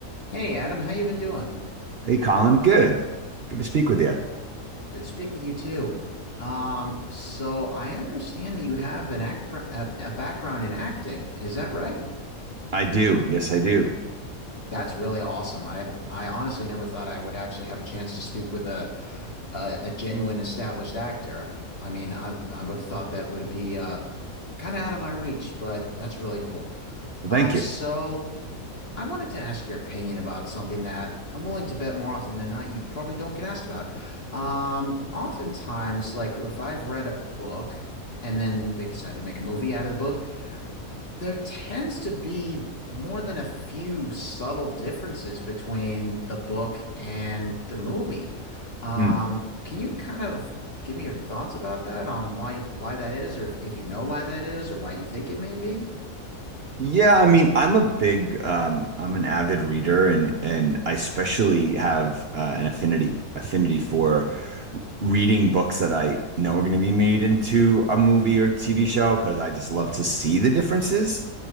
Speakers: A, on the left; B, on the right.
A: Hey Adam, how you been doing?
B: Hey, Colin. Good. Good to speak with you.
A: Good to speak with you too. Um, so I understand that you have an act a, a background in acting. Is that right?
B: I do. Yes, I do.
A: That's really awesome. I I honestly never thought I would actually have a chance to speak with a a, a genuine established actor. I mean, I I would have thought that would be uh kind of out of my reach, but that's really cool.
B: Thank
A: Um,
B: you.
A: so. I wanted to ask your opinion about something that I'm willing to bet more often than not you probably don't get asked about. Um, oftentimes, like if I've read a book and then they decide to make a movie out of the book, there tends to be more than a few subtle differences between the book and the movie. Um,
B: Mm.
A: can you kind of give me your thoughts about that on why why that is, or if, if you know why that is, or why you think it may be?
B: Yeah, I mean, I'm a big, um, I'm an avid reader, and and I especially have uh, an affinity affinity for reading books that I know are going to be made into a movie or TV show because I just love to see the differences.